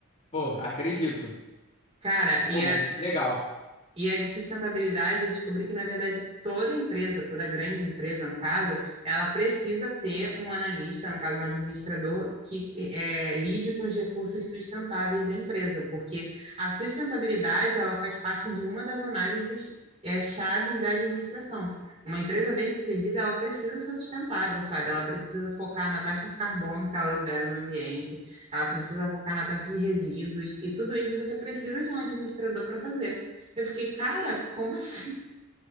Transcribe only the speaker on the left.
Pô, acredito.
Pô, mas que legal.